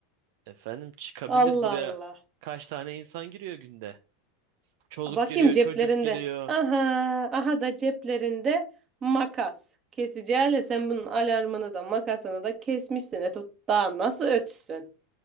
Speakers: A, on the right; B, on the right.
A: Efendim çıkabilir
B: Allah
A: buraya
B: Allah.
A: kaç tane insan giriyor günde? Çoluk
B: Bakayım
A: giriyor,
B: ceplerinde.
A: çocuk giriyor.
B: Aha, aha da ceplerinde makas. Kesici alet sen bunun alarmını da makasını da kesmişsin. E tut- daha nasıl ötsün?